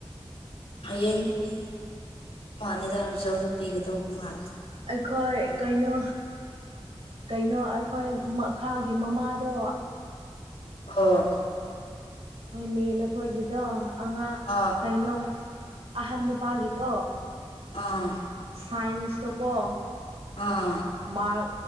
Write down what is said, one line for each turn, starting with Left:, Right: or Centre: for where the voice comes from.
Left: ꯍꯌꯦꯡꯗꯤ ꯄꯤ ꯃꯥꯂꯦꯗꯖꯥꯎꯗ ꯄꯤꯒꯗꯧꯕ ꯃꯥꯜꯂꯦꯗ
Right: ꯑꯩꯈꯣꯏ ꯀꯩꯅꯣ ꯀꯩꯅꯣ ꯑꯩꯈꯣꯏ ꯃꯈꯥꯒꯤ ꯃꯃꯥꯗꯣ
Left: ꯑꯥ
Right: ꯑꯩꯈꯣꯏꯅꯦ ꯅꯈꯣꯏꯒꯤꯗꯣ ꯑꯉꯥꯡ
Left: ꯑꯥ
Right: ꯀꯩꯅꯣ ꯑꯍꯟ ꯅꯨꯄꯥꯒꯤꯗꯣ
Left: ꯑꯥ
Right: ꯁꯥꯏꯟꯁꯇ ꯀꯣ
Left: ꯑꯥ
Right: ꯃꯥꯔ